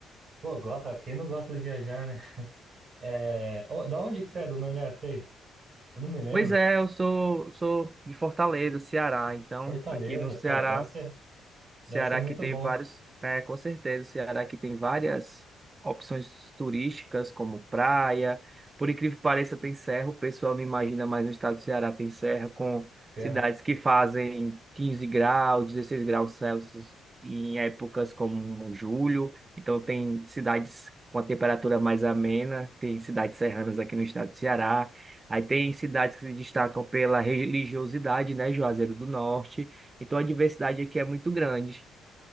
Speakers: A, on the right; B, on the right.
A: Pô, gosta, quem não gosta de viajar, né? É, ô, da onde que você é, do Nordeste aí? Eu não me lembro.
B: Pois é, eu sou, sou de Fortaleza, Ceará. Então,
A: Fortaleza,
B: aqui no Ceará
A: pô, deve ser,
B: Ceará
A: deve ser muito
B: que tem
A: bom.
B: vários, é, com certeza, Ceará que tem várias opções turísticas, como praia. Por incrível que pareça, tem serra. O pessoal não imagina, mas no estado do Ceará tem serra com
A: Serra.
B: cidades que fazem 15 graus, 16 graus Celsius em épocas como julho. Então, tem cidades com a temperatura mais amena, tem cidades serranas aqui no estado do Ceará. Aí tem cidades que se destacam pela religiosidade, né? Juazeiro do Norte. Então a diversidade aqui é muito grande.